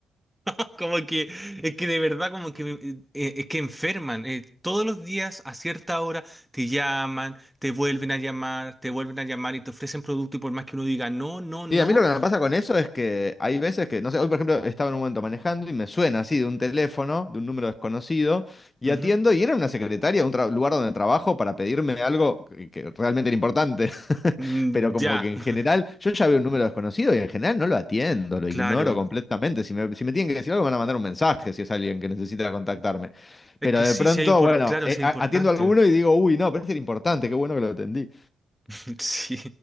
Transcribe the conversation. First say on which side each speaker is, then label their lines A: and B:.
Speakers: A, in the centre; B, on the left (about 30°).
A: <laughs> Como que, es que de verdad, como que, me- eh, es que enferman. Eh, todos los días a cierta hora te llaman, te vuelven a llamar, te vuelven a llamar y te ofrecen producto y por más que uno diga no, no, no.
B: Sí, a mí lo que me pasa con eso es que hay veces que, no sé, hoy por ejemplo estaba en un momento manejando y me suena así de un teléfono, de un número desconocido, y
A: ujú,
B: atiendo y era una secretaria, un tra- lugar donde trabajo para pedirme algo que, que realmente era importante. <laughs>
A: mm,
B: Pero como
A: ya.
B: que en
A: <laughs>
B: general, yo ya veo un número desconocido y en general no lo atiendo, lo
A: Claro.
B: ignoro completamente. Si me, si me tienen que decir algo, me van a mandar un mensaje si es alguien que necesita contactarme.
A: Es
B: Pero
A: que
B: de
A: sí,
B: pronto,
A: sí es impor-
B: bueno,
A: claro,
B: eh,
A: sí es
B: a-
A: importante.
B: atiendo a alguno y digo, uy, no, parece que era importante, qué bueno que lo atendí.
A: <laughs> Sí.